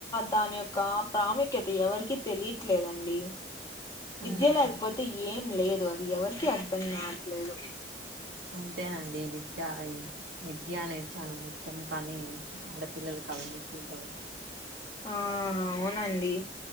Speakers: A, on the left; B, on the right.
A: దాని యొక్క ప్రాముఖ్యత ఎవరికీ తెలియట్లేదండి విద్య
B: ఉమ్,
A: లేకపోతే ఏం లేదు అది ఎవరికీ అర్థం కాట్లేదు
B: అంతేనండి విద్య విద్య అనేది చాన ముఖ్యం కానీ ఆడపిల్లలలకు అవన్నీ సూట్ అవ్వ
A: ఆ అవునండి